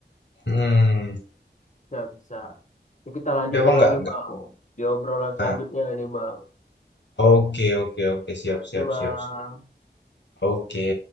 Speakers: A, on the left (about 85°); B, on the left (about 45°).
A: hmm
B: Nggak bisa. Ini kita lanjutin
A: tapi abang nggak
B: lagi
A: nggak
B: Bang. Di obrolan selanjutnya
A: nah,
B: ini Bang.
A: Oke, oke, oke, siap, siap,
B: Oke Bang.
A: siap, siap. Oke.